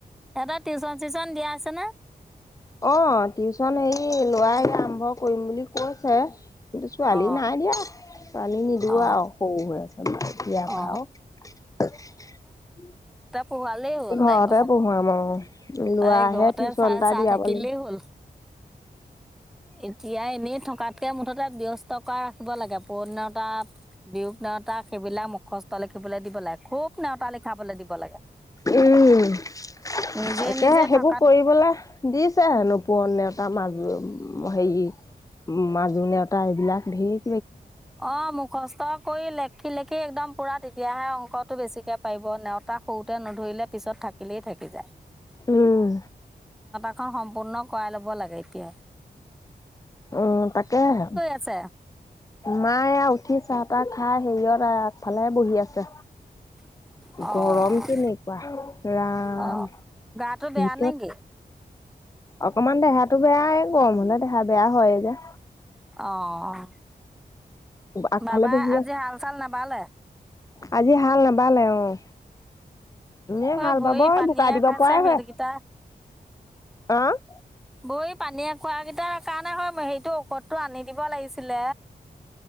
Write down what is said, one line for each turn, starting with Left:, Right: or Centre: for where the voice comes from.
Centre: এটা টিউচন চিউশচন দিয়া আছে নে?
Left: অ' টিউচন হেৰি ল ৱাই আৰম্ভ কৰিম বুলি কৈছে। ছোৱালী
Centre: অ
Left: নাই দিয়া, ছোৱালী নিদিওঁ
Centre: অ
Left: আও স ও হৈ আছে। <inaudible>
Centre: অ পহুৱালেই হ'ল
Left: ঘৰতে
Centre: তাইক অকমান।
Left: পঢ়োৱাম আৰু লৰাহে
Centre: তাই ঘৰতে
Left: টিউচন
Centre: চাই
Left: এটা
Centre: চাই
Left: দিয়াব
Centre: থাকিলেই
Left: লাগিব।
Centre: হ'ল। এতিয়া এনেই থক থকাতকৈ মুঠতে ব্যস্ত কৰাই ৰাখিব লাগে পূৰণ নেওটা বিয়োগ নেওটা সেইবিলাক মুখস্থ লিখিবলৈ দিব লাগে খুব নেওতা লিখাবলৈ দিব লাগে।
Left: উম, তাকে
Centre: নিজে নিজে
Left: সেইবোৰ
Centre: থকাত
Left: কৰিবলৈ, দিছে হেনো পূৰণ নেতা। মাজু হেৰি মাজু নেওতা এইবিলাক ধেই
Centre: অ' মুখষ্ট কৰি লেখি লেখি একদম পুৰা তেতিয়াহে অংকটো বেছিকে পাৰিব নেওতা সৰুতে নধ ইলে পিছত থাকিলেই থাকি যায়।
Left: উম।
Centre: অ' সম্পূৰ্ণ কৰাই ল'ব লাগে এতিয়া।
Left: উম তাকেহে।
Centre: আছে?
Left: মায়ে এ উঠি চাহ তাহ খাই হেৰিয়ত আগফালে বহি আছে।
Centre: <inaudible> অ'
Left: গৰম কেনেকুৱা ৰাম
Centre: আহ গাটো বেয়া
Left: ভিতৰত
Centre: নেকি?
Left: অকমান দেহাটো বেয়াই গৰম হলে দেহা বেয়া হয় যে।
Centre: অ'
Left: আগফালে
Centre: বাবা
Left: বহি
Centre: আজি
Left: আছে
Centre: হাল চাল নাবালে?
Left: আজি হাল নাবালে অ'। এ
Centre: হয়
Left: হাল
Centre: ভৰি
Left: বাব
Centre: পানীয়ে
Left: বোকা দিব
Centre: খাইছে
Left: পৰাই
Centre: সেইকেইটা
Left: হৈ আছে, অ'।
Centre: বৌ পানী এ খোৱা কেইটাৰ কাৰণে হয় হৰিটো ঔষধতটো আনি দিব লাগিছে।